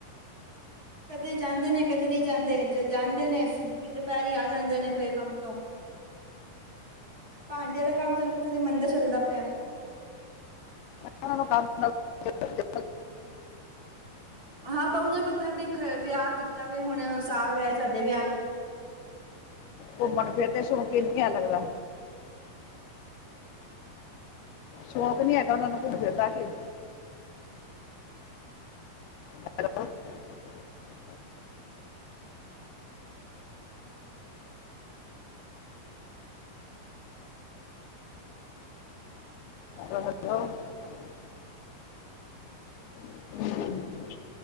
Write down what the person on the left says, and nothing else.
' <unintelligible>
ਘੁੰਮਣ ਫਿਰਨ ਦੇ ਸੌਕੀ ਨੀ ਏ ਲੱਗਦਾ ਸ਼ੌਕ ਨੀ ਹੈਗਾ ਉਹਨਾ ਨੂੰ ਘੁੰਮਣ ਦਾ ਜੇ। Hello' ' <inaudible> hello hello' ' <inaudible> ' <inaudible>